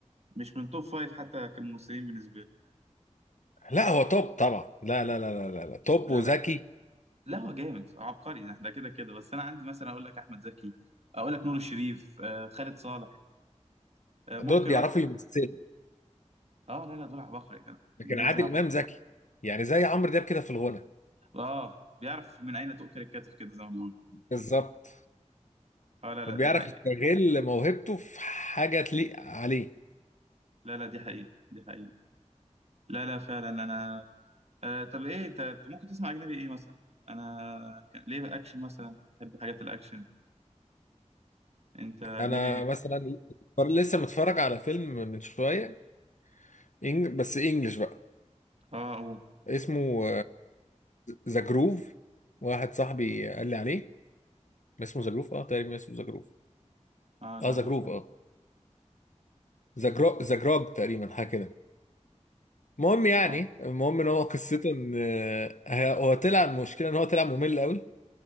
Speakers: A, on the right; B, on the left.
A: مش من توب فايف حتى كممثلين بالنسبه لي
B: لا هو توب طبعا لا لا لا لا لا, لا. توب
A: لا
B: وذكي
A: لا لا هو جامد عبقري ده كده كده بس انا عندي مثلا اقول لك احمد زكي اقول لك نور الشريف آه خالد صالح آه ممكن
B: دول بيعرفوا
A: اقول لك
B: يمثلوا
A: اه لا لا دول عباقرة كده
B: لكن
A: الناس
B: عادل
A: دي عباقرة
B: امام ذكي يعني زي عمرو دياب كده في الغنى
A: اه بيعرف من اين تؤكل الكتف كده زي ما بيقولوا
B: بالظبط
A: اه لا لا
B: وبيعرف
A: دي حقيقة
B: يستغل موهبته في حاجه تليق عليه
A: لا لا دي حقيقة دي حقيقة لا لا فعلا انا آه طب ايه انت ممكن تسمع اجنبي ايه مثلا انا ك... ليه بقى اكشن مثلا احب حاجات الاكشن انت اجنبي
B: انا
A: إيه؟
B: مثلا لسه متفرج على فيلم من شويه إنج... بس انجلش بقى
A: اه اقول
B: اسمه ذا جروف واحد صاحبي قال لي عليه اسمه ذا جروف اه تقريبا اسمه ذا جروف
A: اه لا
B: اه ذا جروف
A: مش عارف
B: اه ذا جرو... ذا جروج تقريبا حاجه كده المهم يعني
A: اه
B: المهم ان هو قصته ان آه، هو طلع المشكله ان هو طلع ممل قوي